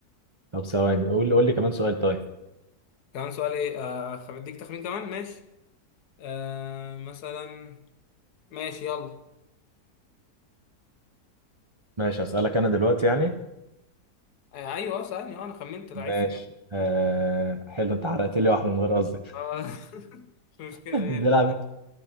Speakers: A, on the right; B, on the left.
A: طب ثواني قول لي قول لي كمان سؤال طيب
B: كمان سؤال ايه آه، خ- اديك تخمين كمان ماشي آه مثلا ماشي يلا
A: ماشي اسالك انا دلوقتي يعني
B: آه ايوه سألني اه انا خمنت لعيب
A: ماشي
B: في دماغي
A: آه حلو انت حرقت لي واحده من غير قصدك
B: آه، <laughs> مش مشكلة
A: <laughs> بيلعب
B: ايه